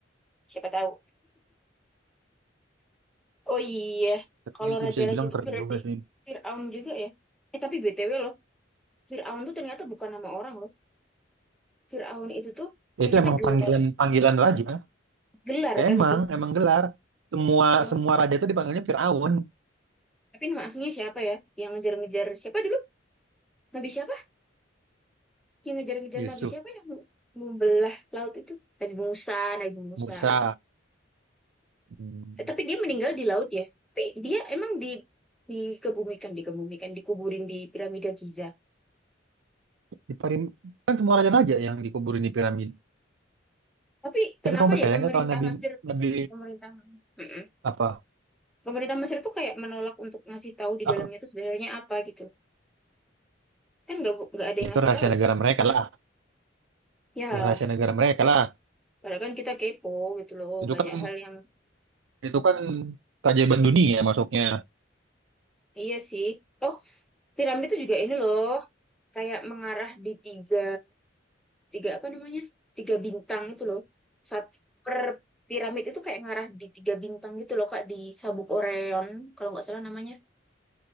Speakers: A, in the centre; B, on the right.
A: Siapa tahu. Oh iya,
B: tapi
A: kalau
B: sih
A: raja-raja
B: bisa dibilang
A: itu
B: keren
A: berarti
B: juga sih
A: Firaun juga ya. Eh tapi BTW loh, Fir'aun tuh ternyata bukan nama orang loh. Fir'aun itu tuh
B: Ya,
A: ternyata
B: itu emang
A: gelar,
B: panggilan panggilan raja
A: gelar
B: Ya,
A: kan
B: emang
A: itu.
B: emang gelar semua
A: Wah.
B: semua raja itu dipanggilnya Firaun
A: Tapi nama aslinya siapa ya? Yang ngejar-ngejar siapa dulu? Nabi siapa? Yang ngejar-ngejar
B: Yusuf
A: Nabi siapa yang membelah laut itu? Nabi Musa, Nabi Musa.
B: Musa hmm.
A: Eh, tapi dia meninggal di laut ya. Tapi dia emang di dikebumikan, dikebumikan, dikuburin di piramida Giza.
B: di parim- kan semua raja-raja yang dikuburin di piramid
A: Tapi
B: tapi
A: kenapa
B: kamu percaya
A: ya pemerintah
B: nggak kalau Nabi
A: Mesir,
B: Nabi
A: pemerintah Mm-mm.
B: apa
A: Pemerintah Mesir tuh kayak menolak untuk ngasih tahu di
B: apa
A: dalamnya tuh sebenarnya apa gitu. Kan nggak bu- nggak ada
B: ya
A: yang
B: itu
A: ngasih
B: rahasia
A: tahu.
B: negara mereka lah
A: Ya,
B: ya rahasia negara mereka lah
A: Padahal kan kita kepo gitu loh,
B: Itu
A: banyak
B: kan
A: hal yang
B: itu kan keajaiban dunia masuknya.
A: iya sih. Oh, piramid itu juga ini loh, kayak mengarah di tiga, tiga apa namanya? Tiga bintang itu loh. Saat per piramid itu kayak ngarah di tiga bintang gitu loh, Kak, di sabuk Orion, kalau nggak salah namanya.